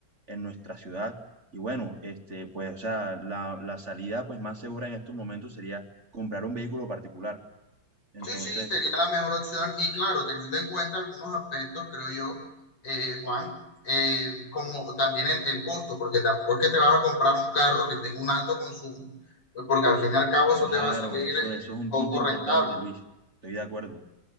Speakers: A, on the right (about 35°); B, on the left (about 75°).
A: en nuestra ciudad. Y bueno, este, pues, o sea, la, la salida pues más segura en estos momentos sería comprar un vehículo particular. Entonces...
B: Sí, sí, sería la mejor opción y claro, teniendo en cuenta algunos aspectos, creo yo, eh, Juan, eh, como también el, el costo, porque tampoco es que te vas a comprar un carro que tenga un alto consumo, porque al fin y al cabo eso
A: Claro,
B: te va a salir
A: eso, eso es un
B: poco
A: punto importante,
B: rentable.
A: Luis. Estoy de acuerdo.